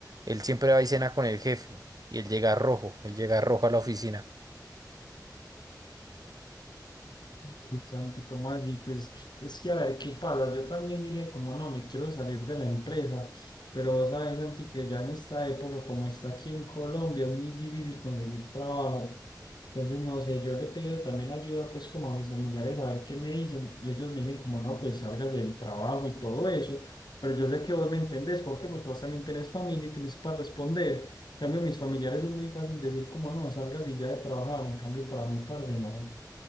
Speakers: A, on the right; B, on the left.
A: él siempre va y cena con el jefe. Y él llega rojo, él llega rojo a la oficina.
B: Uy, Santi, ¿cómo así? Pues es que a ver qué pasa. Yo también diría, como no, me quiero salir de la empresa. Pero vos sabes, Santi, que ya en esta época, como está aquí en Colombia, es muy difícil conseguir trabajo. Entonces, no sé, yo le pido también ayuda pues como a mis familiares a ver qué me dicen y ellos me dicen como no, pues salgas del trabajo y todo eso, pero yo sé que vos me entendés, ¿por qué? Porque vos también tenés familia y tenés para responder. En cambio, mis familiares es muy fácil decir como no, salgas y ya de trabajar, en cambio para mí, parce, no.